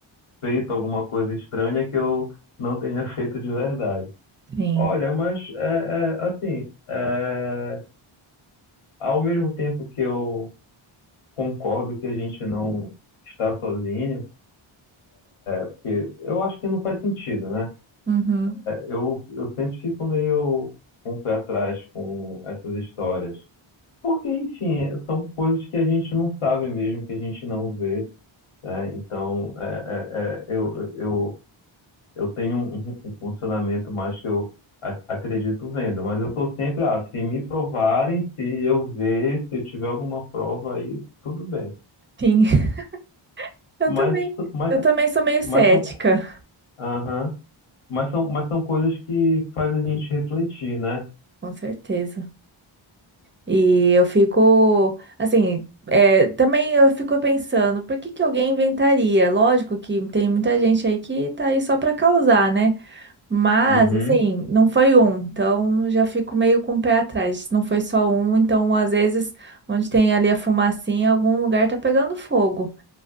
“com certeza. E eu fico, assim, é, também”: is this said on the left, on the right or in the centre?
Right